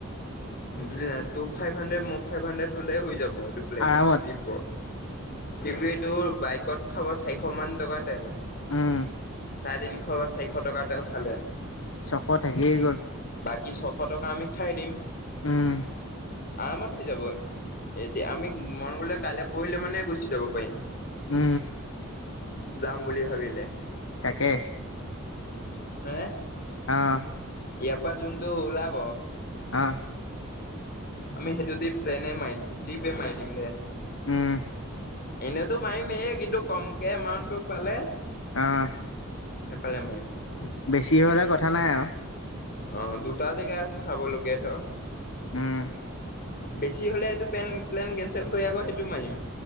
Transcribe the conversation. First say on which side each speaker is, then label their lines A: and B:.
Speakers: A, on the left; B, on the left.
A: বুজি ন তাই ফাইভ হাড্ৰেড মই ফাইভ হাড্ৰেড হলে হৈ যাব এইটো প্লেন
B: আৰামত
A: ট্ৰিপত। কি এই তোৰ বাইকত খাব চাৰিশ মান টকা তেল।
B: উম।
A: চাৰে তিনিশ বা চাৰিশ টকাৰ তেল খালে
B: চক থাকিয়েই গ'ল
A: ব কি ছশ টকা আমি খাই দিম।
B: উম।
A: আৰামত হৈ যাব এতিয়া আমি মন গলে কাইলৈ পঢ়িলে মানে গুচি যাব পাৰিম।
B: উম
A: যাম বুলি ভাবিলে।
B: তাকে,
A: হে,
B: আহ।
A: ইয়াপা জোনটো ওলাব
B: আহ।
A: আমি সেইটো দি প্লেনে মাৰি দিম, ট্ৰিপে মাৰি দিম দে।
B: উম।
A: এনেতো মাৰিমেই, কিন্তু কমকে এমাউণ্টটো পালে
B: আহ।
A: সেইফালে মাৰিম।
B: বেছি হ'লে, কথা নাই, আৰু
A: অ', দুটা জেগা আছে, চাবলগীয়া ধৰ
B: উম।
A: বেছি হ'লে, এইটো পলেন প্লেন কেনচেল কৰি, আকৌ সেইটো মাৰিম।